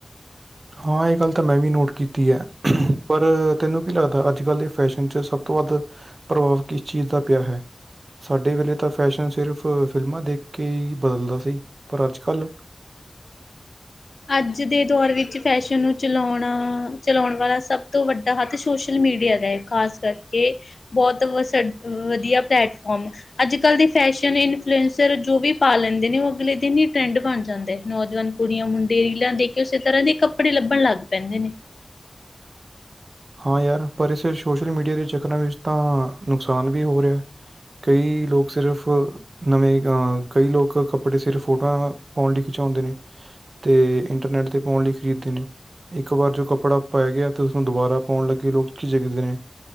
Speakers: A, on the right; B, on the left.
A: ਹਾਂ, ਇਹ ਗੱਲ ਤਾ ਮੈਂ ਵੀ ਨੋਟ ਕੀਤੀ ਐ, ਪਰ ਤੈਨੂੰ ਕੀ ਲੱਗਦਾ ਅੱਜ-ਕੱਲ੍ਹ ਦੇ ਫੈਸ਼ਨ ਚ ਸਭ ਤੋਂ ਵੱਧ ਪ੍ਰਭਾਵ ਕਿਸ ਚੀਜ਼ ਦਾ ਪਿਆ ਹੈ? ਸਾਡੇ ਵੇਲੇ ਤਾ ਫੈਸ਼ਨ ਸਿਰਫ ਫਿਲਮਾ ਦੇਖ ਕੇ ਈ ਬਦਲਦਾ ਸੀ, ਪਰ ਅੱਜ-ਕੱਲ੍ਹ
B: ਅੱਜ ਦੇ ਦੌਰ ਵਿੱਚ ਫੈਸ਼ਨ ਨੂੰ ਚਲੋਣਾ, ਚਲੋਣ ਵਾਲਾ ਸਭ ਤੋ ਵੱਡਾ ਹੱਥ ਸੋਸ਼ਲ ਮੀਡੀਆ ਦਾ ਏ। ਖ਼ਾਸ ਕਰਕੇ, ਬਹੁਤ ਵ ਸਾਡ ਵਧੀਆ ਪਲੈਟਫੋਮ ਅੱਜ-ਕੱਲ੍ਹ ਦੇ ਫੈਸ਼ਨ ਇਨਫਲੂਐਂਸਰ ਜੋ ਵੀ ਪਾ ਲੈਂਦੇ ਨੇ, ਉਹ ਅਗਲੇ ਦਿਨ ਈ ਟਰੈਂਡ ਬੰਨ ਜਾਂਦੈ, ਨੌਜਵਾਨ ਕੁੜੀਆਂ, ਮੁੰਡੇ ਰੀਲਾਂ ਦੇਖਕੇ ਉਸੇ ਤਰਾ ਦੇ ਕੱਪੜੇ ਲੱਭਣ ਲੱਗ ਪੈਂਦੇ ਨੇ।
A: ਹਾਂ, ਯਾਰ ਪਰ ਇਸੇ ਸ਼ੋਸ਼ਲ ਮੀਡੀਆ ਦੇ ਚੱਕਰਾਂ ਵਿੱਚ ਤਾਂ ਨੁਕਸਾਨ ਵੀ ਹੋ ਰਿਆ। ਕਈ ਲੋਕ ਸਿਰਫ ਨਵੇਂ ਅ, ਕਈ ਲੋਕ ਕੱਪ ਕਪੱੜੇ ਸਿਰਫ਼ ਫੋਟੋਆ ਪੌਣ ਲਈ ਖਿਚੋਂਦੇ ਨੇ, ਤੇ ਇੰਟਰਨੈਟ ਤੇ ਪਾਉਣ ਲਈ ਖਰੀਦ ਦੇ ਨੇ ਇੱਕ ਵਾਰ ਜੋ ਕੱਪੜਾ ਪੈ ਗਿਆ ਤੇ ਉਸਨੂੰ ਦੁਬਾਰਾ ਪੋਨ ਲੱਗੇ ਲੋਕ ਖਿਝਦਦੇ ਨੇ।